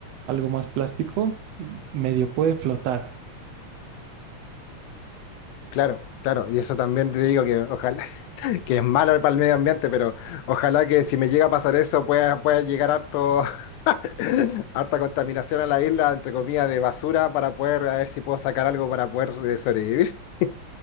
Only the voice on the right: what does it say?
algo más plástico, m- medio puede flotar.